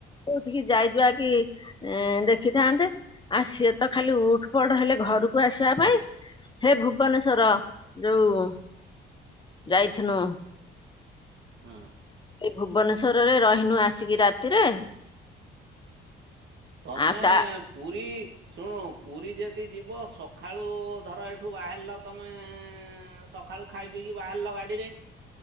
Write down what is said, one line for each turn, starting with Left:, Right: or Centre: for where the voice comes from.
Left: କୋଉଠିକି ଯାଇଯୁଆକି ଏଁ ଦେଖିଥାନ୍ତେ? ଆଉ ସିଏ ତ ଖାଲି ଉଠ୍ ବଡ ହେଲେ ଘରକୁ ଆସିବା ପାଇଁ, ହେ ଭୁବନେଶ୍ଵର ଯୋଉ ଯାଇଥିନୁ।
Right: ହୁଁ।
Left: ଏଇ ଭୁବନେଶ୍ୱରରେ ରହିନୁ ଆସିକି ରାତିରେ।
Right: ତମେଁ
Left: ଆଉ ତା
Right: ପୁରୀ ଶୁଣୁ ପୁରୀ ଯଦି ଯିବ, ସକାଳୁ ଧର ଏଇଠୁ ବାହାରିଲ ତମେ-ଏଁ ଆଉ, ସଖାଳୁ ଖାଇ ପିଇକି ବାହାରିଲ ଗାଡିରେ।